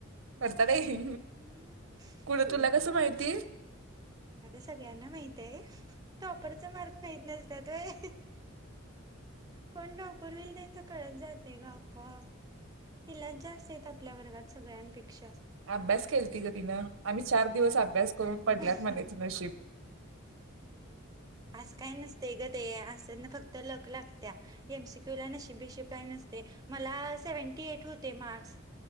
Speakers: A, on the right (about 20°); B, on the right (about 75°).
A: हम्म
B: करतात आहे
A: हम्म
B: कुठं तुला कसं माहिती?
A: आता सगळ्यांना माहित आहे टॉपरचा मार्ग माहीत नसतात व्हय कोण टॉपर होईल? त्यांच कळत जाते गं आपोआप तिलाच जास्त य आपल्या वर्गात सगळ्यांपेक्षा
B: अभ्यास केलती गं तिनं आम्ही चार दिवस अभ्यास करून पडल्यात
A: हम्
B: म्हणायचं नशीब
A: असं काही नसतय गं ते असंना फक्त लक लागत्या. एम सी क्यू ला नशीब बिशीब काही नसते मला सेव्हन्टी एट होते मार्क्स.